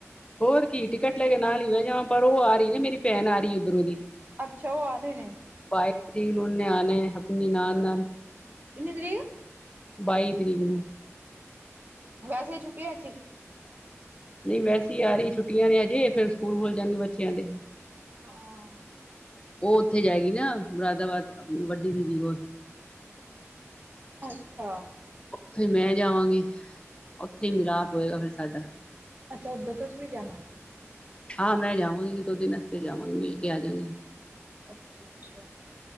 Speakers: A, on the left; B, on the right.
A: ਹੋਰ ਕੀ ਟਿਕਟ ਲੈ ਕੇ ਨਾਲ ਹੀ ਬਹਿ ਜਾਵਾਂ ਪਰ ਉਹ ਆ ਰਹੀ ਨਾ ਮੇਰੀ ਭੈਣ ਆ ਰਹੀ ਉੱਧਰੋਂ ਦੀ
B: ਅੱਛਾ ਉਹ ਆ ਰਹੇ ਨੇ
A: ਵਾਈ ਨਿਆਣੇ ਆਪਣੀ ਨਾਲ-ਨਾਲ
B: ਕਿੰਨੀ ਤਰੀਕ
A: ਬਾਈ ਤਰੀਕ ਨੂੰ
B: ਵੈਸੇ ਛੁੱਟੀ ਅਚੀ
A: ਨਹੀਂ ਵੈਸੇ ਆ ਰਹੀ ਛੁੱਟੀਆਂ ਨੇ ਹਜੇ ਫਿਰ ਸਕੂਲ ਖੁੱਲ ਜਾਣਗੇ ਬੱਚਿਆਂ ਦੇ
B: ਹਾਂ
A: ਉਹ ਉੱਥੇ ਜਾਏਗੀ ਨਾ ਮੁਰਾਦਾਬਾਦ ਵੱਡੀ ਦੀਦੀ ਕੋਲ
B: ਅੱਛਾ
A: ਉੱਥੇ ਮੈਂ ਜਾਵਾਂਗੀ, ਉੱਥੇ ਹੀ ਮਿਲਾਪ ਹੋਏਗਾ ਫਿਰ ਸਾਡਾ
B: ਅੱਛਾ ਉੱਧਰ ਤੁਸੀ ਵੀ ਜਾਣਾ
A: ਹਾਂ ਮੈਂ ਜਾਵਾਂਗੀ ਦੋ ਦਿਨ ਰਸਤੇ ਜਾਵਾਂਗੀ ਮਿਲ ਕੇ ਆ ਜਾਵਾਗੀ
B: ਅੱਛਾ ਅੱਛਾ